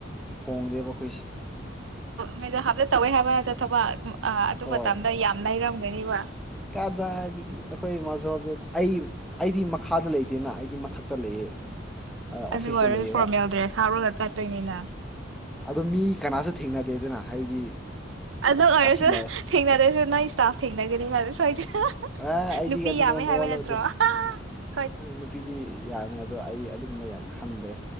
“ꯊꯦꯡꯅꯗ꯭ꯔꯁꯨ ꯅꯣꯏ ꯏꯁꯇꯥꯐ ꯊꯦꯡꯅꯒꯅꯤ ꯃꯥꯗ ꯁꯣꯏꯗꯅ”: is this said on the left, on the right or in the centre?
Right